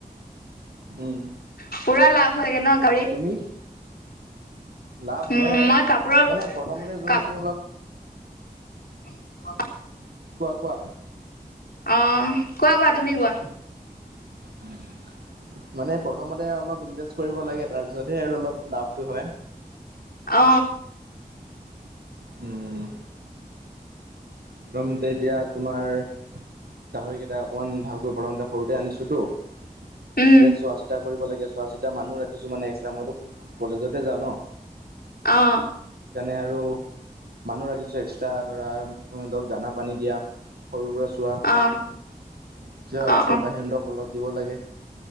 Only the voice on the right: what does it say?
উম।
তুমি? লাভ
হয়
মানে প্ৰথমতে যোনখিনি
অলপ‌
কোৱা কোৱা।
<inaudible> মানে প্ৰথমতে অলপ ইনভেষ্ট কৰিব লাগে তাৰপিছতহে আৰু অলপ লাভটো হয়
উম। প্ৰথমতে এতিয়া তোমাৰ গাহৰি কেইটা অকমান ভালকৈ বনাওঁতে সৰুতে আনিছো তো
তাতে চোৱা চিতা কৰিব লাগে চোৱা চিতা মানুহ ৰাখ কিছু মানে এক্সাম টো কলেজতে যাওঁ ন
সেইকাৰণে আৰু মানুহ ৰাখিছো এক্সট্ৰা ধৰা সিহঁতক দানা পান নিদিয়া সৰুৰে পৰা চোৱা
আকৌহিক
<unintelligible> অলপ দিব লাগে